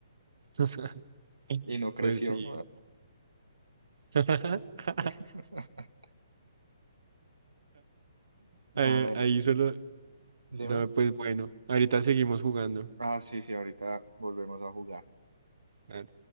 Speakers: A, on the right; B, on the right.
A: <laughs>
B: y no creció.
A: Pues sí. <laughs>
B: <laughs>
A: Ahí,
B: A ver,
A: ahí solo.
B: dime.
A: No, pues bueno. Ahorita seguimos jugando.
B: Ah, sí, sí, ahorita volvemos a jugar.
A: Dale.